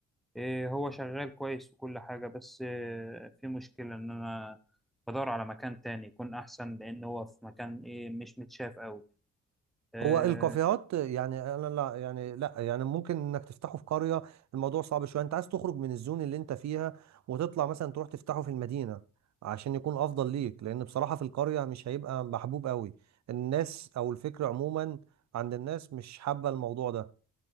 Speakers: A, in the centre; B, on the right.
A: إيه، هو شغال كويس وكل حاجة بس إيه، في مشكلة إن أنا بدور على مكان تاني يكون أحسن لأن هو في مكان إيه مش متشاف أوي إيه،
B: هو الكافيهات يعني انا لا يعني لا يعني ممكن انك تفتحه في قرية الموضوع صعب شوية انت عايز تخرج من الزون اللي انت فيها وتطلع مثلا تروح تفتحه في المدينة عشان يكون افضل ليك لان بصراحة في القرية مش هيبقى محبوب قوي الناس او الفكر عموما عند الناس مش حابة الموضوع ده